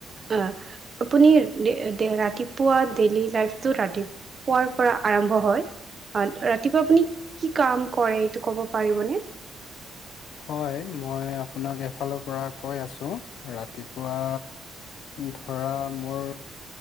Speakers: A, on the right; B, on the left.
A: অ', আপুনি ৰাতিপুৱা ডেইলি লাইফটো ৰাতি পুৱাৰ পৰা আৰম্ভ হয়। অ', ৰাতিপুৱা আপুনি কি কাম কৰে এইটো কব পাৰিবনে?
B: হয়, মই আপোনাক এফালৰ পৰা কৈ আছোঁ ৰাতিপুৱা ধৰা মোৰ